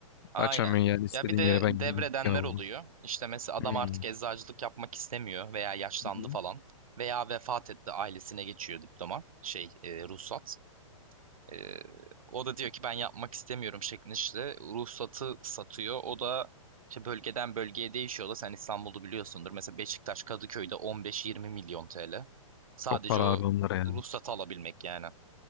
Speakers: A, on the right; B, on the left.
A: Aynen.
B: açamıyorsun yani. istediğin
A: Ya bir de
B: yere ben
A: devredenler
B: gideyim bir dükkanı buldum.
A: oluyor. İşte mesela adam
B: Hmm.
A: artık eczacılık yapmak istemiyor veya yaşlandı
B: Hı hı.
A: falan. Veya vefat etti ailesine geçiyor diploma şey e, ruhsat. Ee, o da diyor ki ben yapmak istemiyorum şeklinde işte ruhsatı satıyor. O da işte bölgeden bölgeye değişiyor da sen İstanbul'u biliyorsundur. Mesela Beşiktaş Kadıköy'de 15-20 milyon TL. Sadece
B: Çok para
A: o
B: abi onlara yani.
A: ruhsatı alabilmek yani.